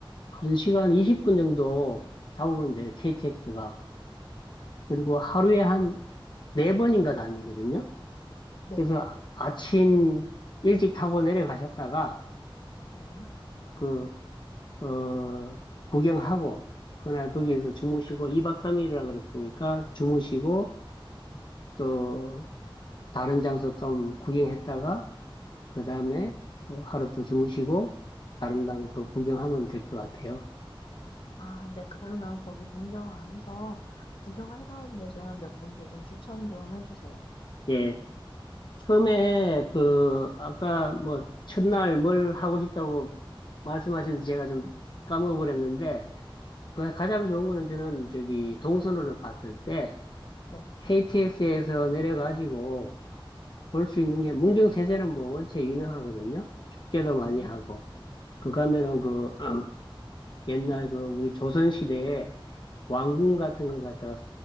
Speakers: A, on the left; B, on the left.
A: 한 시간 20분 정도 잡으면 돼요. KTX가. 그리고 하루에 한 네번인가 다니거든요.
B: 네,
A: 그래서 아- 아침 일찍 타고 내려가셨다가
B: 네.
A: 그 어, 구경하고, 그날 거기에서 주무시고, 2박 3일이라 그랬으니까 주무시고, 또 다른 장소 좀 구경했다가, 그 다음에 또 하루 더 주무시고, 다른 장소 구경하면 될 것 같아요.
B: 아, 네, 그러면 거기 문경 안에서 구경할 만한 데 좀 몇 군데 좀 추천 좀 해주세요.
A: 예. 처음에 그, 아까 뭐, 첫날 뭘 하고 싶다고 말씀하시는데 제가 좀 까먹어버렸는데, 그 가장 좋은 거는 저는 저기 동선으로 봤을 때,
B: 네,
A: KTX에서 내려가지고, 볼 수 있는 게 문경 세제는 뭐 원체 유명하거든요. 축제도 많이
B: 네.
A: 하고 그 가면은 그 <clears throat> 옛날 그 우리 조선 시대에 왕궁 같은 걸 갖다가